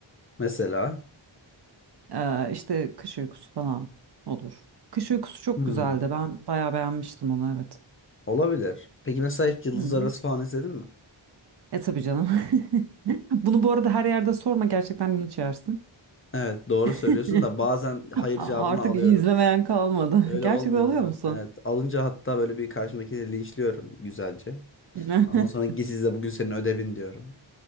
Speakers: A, on the left (about 30°); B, on the right (about 60°).
A: Mesela
B: Ee, işte kış uykusu falan olur. Kış uykusu çok
A: hmm,
B: güzeldi. Ben bayağı beğenmiştim onu evet.
A: olabilir. Peki mesela hiç Yıldızlar
B: Hı.
A: Arası falan izledin mi?
B: E tabii canım. <laughs> Bunu bu arada her yerde sorma gerçekten linç yersin.
A: Evet doğru söylüyorsun
B: <laughs>
A: da bazen hayır
B: A-
A: cevabını
B: Artık
A: alıyorum.
B: izlemeyen kalmadı.
A: Öyle
B: <laughs> Gerçekten
A: olmuyor
B: oluyor
A: bu arada.
B: musun?
A: Evet alınca hatta böyle bir karşımdakini linçliyorum güzelce.
B: <laughs>
A: Ondan sonra git izle bugün senin ödevin diyorum.